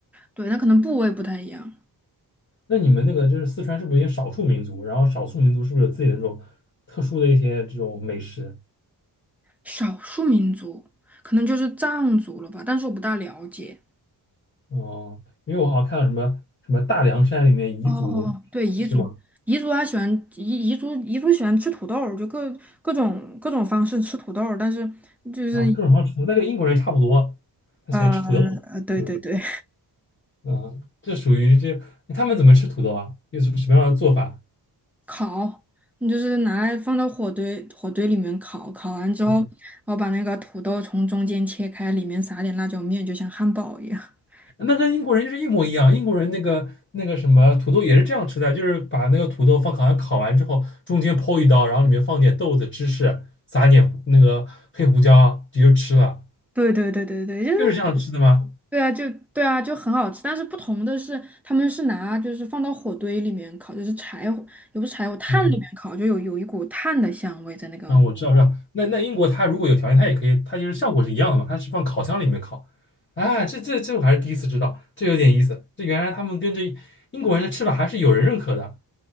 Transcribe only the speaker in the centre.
对，那可能部位不太一样。
少数民族可能就是藏族了吧，但是我不大了解。
哦哦哦，对，彝族，彝族他喜欢彝彝族彝族喜欢吃土豆儿就各各种各种方式吃土豆儿但是就是
呃呃，对对对。
烤，你就是拿来放到火堆火堆里面烤，烤完之后，
然后把那个土豆从中间切开，里面撒点辣椒面，就像汉堡一样。<laughs>
对对对对对，就是
对啊，就对啊，就很好吃。但是不同的是，他们是拿就是放到火堆里面烤，就是柴火，也不是柴火，炭里面烤，
就有有一股炭的香味在那个。